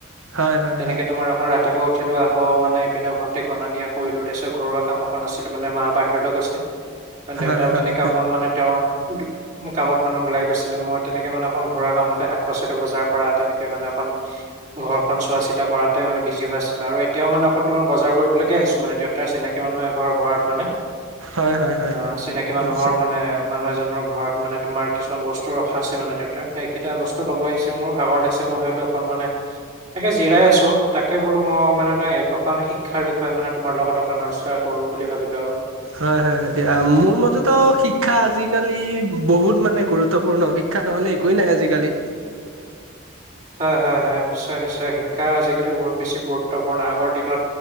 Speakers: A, on the right (about 80°); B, on the right (about 35°).
A: হয় হয়
B: তেনেকে
A: হয়
B: তোমাৰ আকৌ ৰাতিপুৱা উঠ উঠিলোঁ‌ আকৌ মানে এপিনে ভন্টিক অনা নিয়া কৰিলোঁ‌, তাৰ পিছত ঘৰুৱা কাম এখন আছিলে মানে, মা বাহিৰলৈ গৈছে,
A: হয়
B: দেউতাও
A: হয়
B: তেনেকুৱা এখন মানে তেওঁৰ কামত মানে ওলাই গৈছিলে, মই তেনেকে ঘৰুৱা কামতে শাক-পাচলি বজাৰ কৰা তেনেকে মানে অকণ ঘৰখন চোৱা-চিতা কৰাতে মানে বিজি হৈ আছিলে, আৰু এতিয়াও মানে অকন তোমাৰ বজাৰ কৰিবলৈগে আহিছোঁ মানে তেওঁ তাৰ চিনাকি মানুহৰ এঘৰৰ ঘৰত মানে,
A: হয় হয় হয়
B: অ', চিনাকি মানুহৰ
A: নিশ্চয়
B: মানে মানুহ এজনৰ ঘৰত মানে তোমাৰ কিছুমান বস্তু ৰখা আছে মানে দেউতাৰ, সেইকেইটা বস্তু ল'ব আহিছোঁ‌, মোৰ ভাগৰ লাগিছে মই ভাবিলোঁ অকণ মানে তাকে জিৰাই আছোঁ‌, তাকে বোলো মই অকমান এটা, অকমান শিক্ষাৰ বিষয়ে মানে তোমাৰ লগত চৰ্চা কৰোঁ বুলি ভাবিলোঁ আৰু।
A: হয়- হয়- হয়, অহ, মোৰ মতেটো শিক্ষা আজিকালি বহুত মানে গুৰুত্বপূৰ্ণ, শি শিক্ষা নহলে একোৱেই নাই, আজিকালি।
B: হয়- হয়- হয়, নিশ্চয়-নিশ্চয় শিক্ষা আজিকালি বহুত বেছি গুৰুত্বপূৰ্ণ, আগৰ দিনত